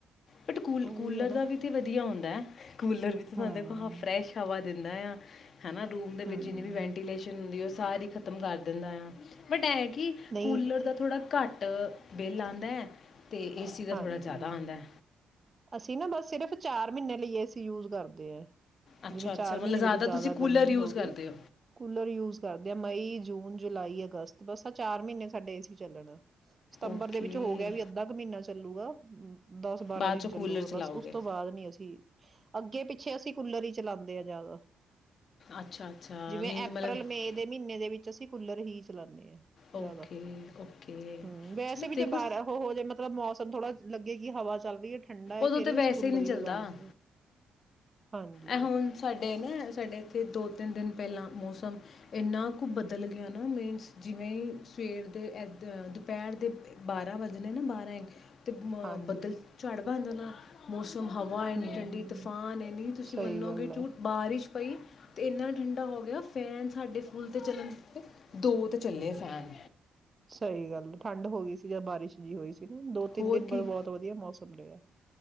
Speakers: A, on the left (about 55°); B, on the right (about 30°).
A: ਬਟ ਕੂਲ
B: ਉਹੀ
A: ਕੂਲਰ
B: ਹੈ ਨਾ
A: ਦਾ ਵੀ ਤੇ ਵਧੀਆ ਹੁੰਦਾ ਹੈ। ਕੂਲਰ ਵੀ ਤਾਂ
B: ਹਾਂ
A: ਦੇਖੋ ਸਾਨੂੰ ਫਰੈਸ਼ ਹਵਾ ਦਿੰਦਾ ਆਂ। ਹੈ ਨਾ ਰੂਮ ਦੇ ਵਿੱਚ
B: ਹਮ
A: ਜਿੰਨੀ ਵੀ ਵੈਂਟੀਲੇਸ਼ਨ ਹੁੰਦੀ ਉਸ ਸਾਰੀ ਖ਼ਤਮ ਕਰ ਦਿੰਦਾ ਆ ਬਟ ਏ ਕਿ
B: ਨਹੀਂ
A: ਕੂਲਰ ਦਾ ਥੋੜ੍ਹਾ ਘੱਟ ਬੁੱਟ ਬਿੱਲ ਆਉਂਦਾ। ਤੇ ਏ ਸੀ ਦਾ
B: ਹਾਂਜੀ
A: ਥੋੜ੍ਹਾ ਜ਼ਿਆਦਾ ਆਉਂਦਾ।
B: ਅਸੀਂ ਨਾ ਬਸ ਸਿਰਫ਼ ਚਾਰ ਮਹੀਨੇ ਲਈ ਏ ਸੀ ਯੂਜ ਕਰਦੇ ਹੈ।
A: ਅੱਛਾ-ਅੱਛਾ
B: ਜਿਵੇਂ ਚਾਰ
A: ਮਤਲਬ
B: ਮਹੀਨੇ ਤੋਂ ਜ਼ਿਆਦਾ
A: ਤੁਸੀਂ ਕੂਲਰ
B: ਗਰਮੀ
A: ਯੂਜ਼
B: ਹੋ ਗਈ
A: ਕਰਦੇ
B: ਕੂਲਰ ਯੂਜ ਕਰਦੇ ਆ ਮਈ ਜੂਨ ਜੁਲਾਈ ਅਗਸਤ। ਬੱਸ ਏ ਚਾਰ ਮਹੀਨੇ ਸਾਡੇ ਏ ਸੀ ਚਲਣਾ। ਸਤੰਬਰ
A: ਓਕੇ।
B: ਦੇ ਵਿੱਚ ਹੋ ਗਿਆ ਵੀ ਅੱਧਾ ਕ ਮਹੀਨਾ ਚੱਲੂਗਾ। ਹੁ ਦਸ ਬਾਰਾਂ
A: ਬਾਅਦ
B: ਦਿਨ
A: 'ਚੋਂ
B: ਚ
A: ਕੂਲਰ
B: ਚੱਲੂਗਾ
A: ਚਲਾਓਗੇ
B: ਬਸ ਉਸ ਤੋਂ ਬਾਅਦ ਨੀ ਅਸੀਂ ਅੱਗੇ ਪਿੱਛੇ ਅਸੀਂ ਕੂਲਰ ਹੀ ਚਲਾਉਦੇ ਹਾਂ ਜ਼ਿਆਦਾ
A: ਅੱਛਾ-ਅੱਛਾ
B: ਜਿਵੇਂ
A: ਮੀਨਜ਼
B: ਅਪ੍ਰੈਲ
A: ਮਤਲਬ
B: ਮੇਅ ਦੇ ਮਹੀਨੇ ਦੇ ਵਿੱਚ ਅਸੀਂ ਕੂਲਰ ਹੀ ਚਲਾਉਂਦੇ ਆ
A: ਓਕੇ-ਓਕੇ
B: ਜ਼ਿਆਦਾ ਹਮ ਵੈਸੇ
A: ਚਲੋ
B: ਵੀ
A: ਦੇਖੋ
B: ਜੇ ਬਾਹਰ ਉਹ ਹੋ ਜੇ ਮਤਲਬ ਮੌਸਮ ਥੋੜ੍ਹਾ ਲੱਗੇ ਕਿ ਹਵਾ ਚੱਲ ਰਹੀ ਹੈ ਠੰਡਾ ਹੈ
A: ਉਦੋਂ
B: ਫੇਰ
A: ਤਾਂ
B: ਵੀ
A: ਵੈਸੇ
B: ਅਸੀਂ ਕੂਲਰ
A: ਨਹੀਂ
B: ਹੀ ਲਗਾ
A: ਚੱਲਦਾ
B: ਲੈਂਦੇ ਹਾਂ। ਹਾਂਜੀ,
A: ਇਹ ਹੁਣ ਸਾਡੇ ਨਾ ਸਾਡੇ ਇੱਥੇ ਦੋ ਤਿੰਨ ਦਿਨ ਪਹਿਲਾਂ ਮੌਸਮ ਇੰਨਾ ਕੁ ਬਦਲ ਗਿਆ ਨਾ ਮੀਨਸ ਜਿਵੇਂ ਹੀ ਸਵੇਰ ਦੇ ਏਦਾਂ ਦੁਪਹਿਰ ਦੇ ਬਾਰਾਂ ਵੱਜਣੇ ਨਾ ਬਾਰਾਂ ਇੱਕ ਤੇ
B: ਹਾਂਜੀ
A: ਬੱਦਲ ਝਾੜ ਬਣ ਜਾਣਾ ਮੋਸ ਤੁ ਹਵਾ ਇੰਨੀ
B: ਹੂੰ
A: ਠੰਡੀ ਤੂਫਾਨ ਹੈ ਇੰਨੀ ਤੁਸੀਂ
B: ਸਹੀ
A: ਮਨੋ
B: ਗੱਲ
A: ਗੇ
B: ਹੈ।
A: ਛੂਟ ਬਾਰਿਸ਼ ਪਈ ਤੇ ਇੰਨਾ ਠੰਡਾ ਹੋ ਗਿਆ ਫੈਨ ਸਾਡੇ ਫੁੱਲ ਤੇ ਚੱਲਣਤੇ ਦੋ ਤੇ ਚੱਲੇ ਫੈਨ
B: ਸਹੀ ਗੱਲ ਐ ਠੰਡ ਹੋ ਗਈ ਸੀ ਜਦ ਬਾਰਿਸ਼ ਜਿਹੀ ਹੋਈ ਸੀ ਦੋ ਤਿੰਨ
A: ਹੋਰ
B: ਦਿਨ
A: ਕੀ
B: ਬਾਅਦ ਬਹੁਤ ਵਧੀਆ ਮੌਸਮ ਰਿਹਾ।